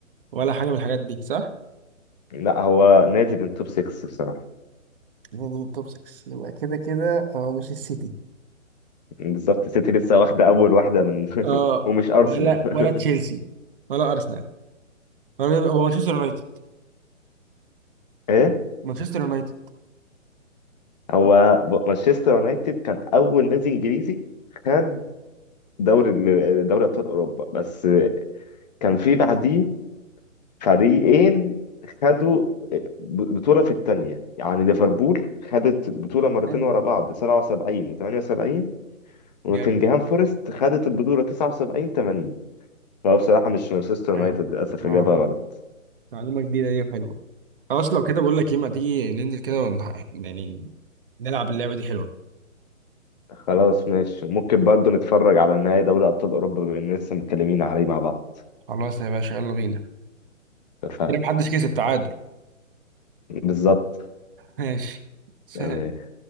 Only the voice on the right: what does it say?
ولا حاجة من الحاجات دي صح؟
نادي من التوب 6 يبقى كده كده هو مش السيتي
اه
ولا
ولا تشيلسي ولا ارسنال ولا- هو مانشستر يونايتد
مانشستر يونايتد
حلو
جامد
نعم.
نعم.
معلومة جديدة دي حلوة خلاص لو كده بقول لك ايه ما تيجي ننزل كده ون- يعني نلعب اللعبة دي حلوة
خلاص يا باشا يلا بينا
كده محدش كسب تعادل
ماشي
<laughs>